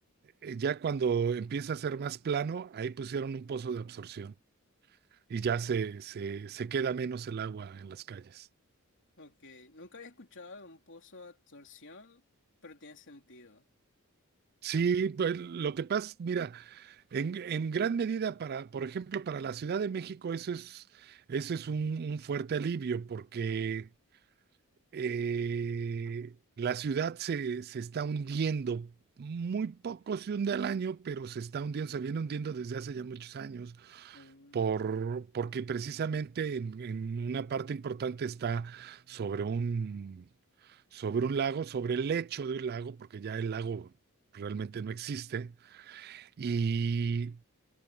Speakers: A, on the right; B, on the left.
A: eh, Ya cuando empieza a ser más plano, ahí pusieron un pozo de absorción y ya se, se se queda menos el agua en las calles.
B: Ok, nunca había escuchado de un pozo de absorción, pero tiene sentido.
A: Sí, pues lo que pasa, mira, en, en gran medida para, por ejemplo, para la Ciudad de México, eso es, eso es un, un fuerte alivio, porque eh, la ciudad se, se está hundiendo. Muy poco se hunde al año, pero se está hundiendo, se viene hundiendo desde hace ya muchos años,
B: Mm,
A: por, porque precisamente en, en una parte importante está sobre un, sobre un lago, sobre el lecho de un lago, porque ya el lago realmente no existe y